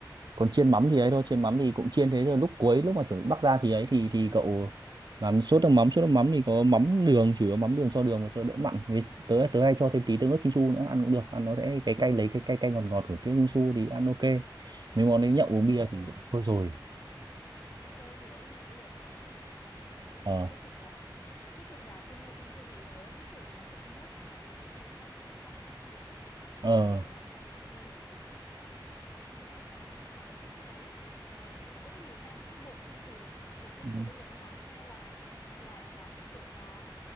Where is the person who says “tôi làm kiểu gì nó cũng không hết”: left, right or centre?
Left